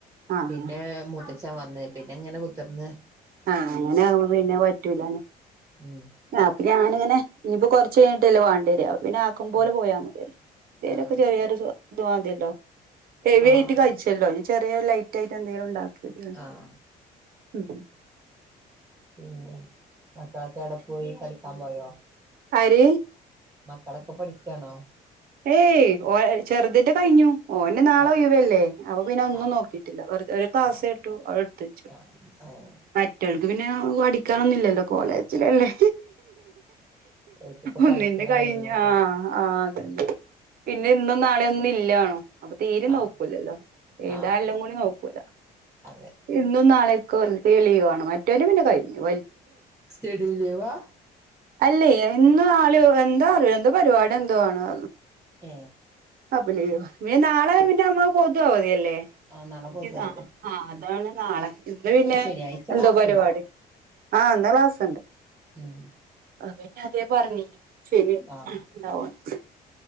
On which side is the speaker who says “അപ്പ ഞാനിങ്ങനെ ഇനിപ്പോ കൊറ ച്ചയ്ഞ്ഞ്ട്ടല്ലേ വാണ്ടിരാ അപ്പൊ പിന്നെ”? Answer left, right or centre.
Right